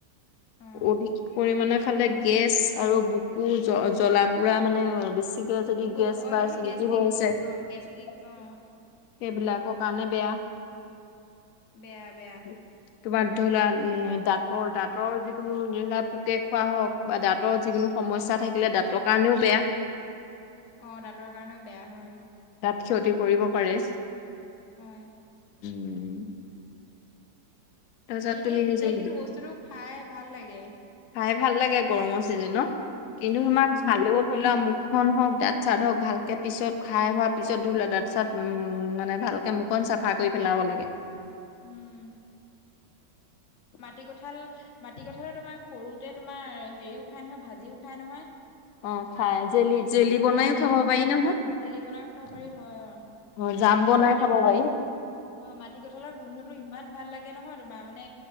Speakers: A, on the left; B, on the left.
A: অ
B: অধিক পৰিমানে খালে গেছ আৰু বুকু জ- জ্বলা পোৰা মানে বেছি এতিয়া যদি
A: বুজ
B: গেছ
A: অ
B: বা
A: এইটো
B: এচিদিতি
A: গেষ্ট্ৰিক
B: হৈ আছে সেইবিলাকৰ
A: অ গেষ্ট্ৰিক অ
B: কাৰণে বেয়া।
A: বেয়া বেয়া।
B: <inaudible> কিবাৰ ধৰি লোৱা দাঁতৰ দাঁতৰ যিকোনো ধৰি লোৱা পোকে খোৱা হওঁক বা দাঁতৰ যিকোনো সমস্যা থাকিলে দাঁতৰ কাৰণেও বেয়া।
A: অ দাঁতৰ কাৰণেও বেয়া হয় অ।
B: তাত ক্ষতি কৰিব পাৰে।
A: হয়।
B: উম তাৰপিছত
A: এনেই
B: তুমি নিজে
A: এনেই কিন্তু বস্তুটো খাই ভাল লাগে।
B: খাই ভাল লাগে গৰমৰ ছিজনত কিন্তু
A: উম
B: তোমাক খালেও ধই লোৱা মুখখন হওঁক, দাঁত-চাত হওঁক, ভালকে পিছত খাই হোৱাৰ পিছত ধৰি লোৱা দাঁত-চাত উম মানে ভালকে মুখন চাফা কৰি পেলাব লাগে।
A: উম মাটিকঁঠাল মাটিকঁঠাল তোমাৰ সৰুতে তোমাৰ হেৰিও খাই নহয় ভাজিও খাই নহয়।
B: অ খাই জেলি জেলি বনাইও
A: <unintelligible>
B: খাব পাৰি নহয়।
A: অ জেলি বনাইও খাব পাৰি হয় অ।
B: অ জাম বনাই
A: আৰু মাটিকঁঠাল
B: খাব পাৰি।
A: অ মাটিকঁঠালৰ গোন্ধটো ইমান ভাল লাগে তাকে নহয় তোমাৰ মানে